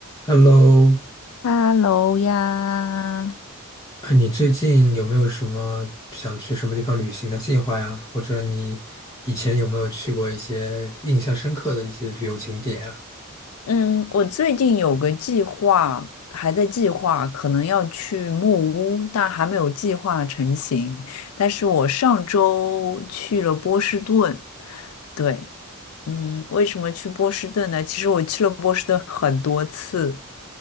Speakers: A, on the left; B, on the left.
A: Hello，
B: 哈喽呀，
A: 哎，你最近有没有什么想去什么地方旅行的计划呀？或者你以前有没有去过一些印象深刻的一些旅游景点啊？
B: 嗯，我最近有个计划，还在计划，可能要去木屋，但还没有计划成型。但是我上周去了波士顿，对，嗯，为什么去波士顿呢？其实我去了波士顿很多次，